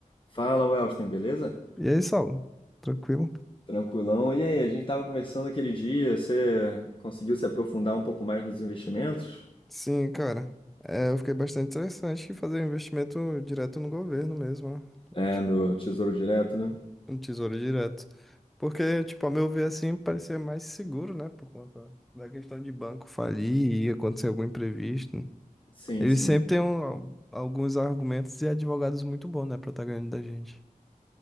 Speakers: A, on the left; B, in the centre.
A: Fala, Welston, beleza?
B: E aí, Saulo? Tranquilo?
A: Tranquilão. E aí, a gente tava conversando aquele dia, você conseguiu se aprofundar um pouco mais nos investimentos?
B: Sim, cara. É, eu fiquei bastante interessante em fazer um investimento direto no governo mesmo, ó.
A: É,
B: Tipo,
A: no Tesouro Direto, né?
B: um Tesouro Direto. Porque, tipo, a meu ver, assim, parecia mais seguro, né? Por conta da questão de banco falir e acontecer algum imprevisto.
A: Sim,
B: Eles
A: sim,
B: sempre têm um- alguns argumentos e advogados muito bons, né? Pra tá ganhando da gente.